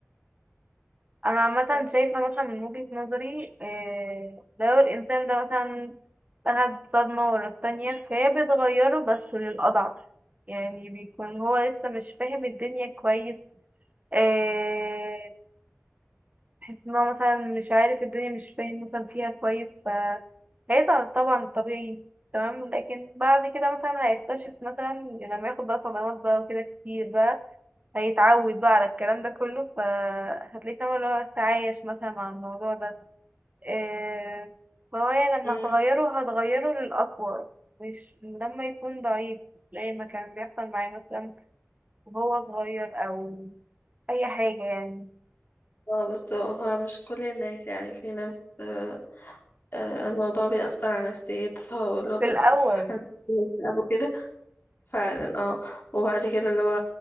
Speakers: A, on the right; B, on the left.
A: انا عامه
B: بس
A: شايفه مثلا من وجهه نظري آه، لو الانسان ده مثلا اخد صدمه ورا التانية فهي بتغيره بس للاضعف يعني بيكون هو لسه مش فاهم الدنيا كويس آه، تحس ان هو مثلا مش عارف الدنيا مش فاهم مثلا فيها كويس فهيزعل طبعا طبيعي تمام لكن بعد كده مثلا هيكتشف مثلا لما ياخد بقى صدمات بقى وكده كتير بقى هيتعود بقى على الكلام ده كله فهتلاقيه فاهمة اللي هو تعايش مثلا مع الموضوع ده إيه فهو يعني لما
B: مم.
A: هتغيره هتغيره للأقوى مش لما يكون ضعيف زي ما كان بيحصل معايا مثلا وهو صغير أو أي حاجة يعني
B: اه بس هو مش كل الناس يعني في ناس آه، آه، الموضوع بيأثر على نفسيتها واللي هو بتدخل
A: في الأول
B: في حالة اكتئاب وكده فعلا اه وبعد كده اللي هو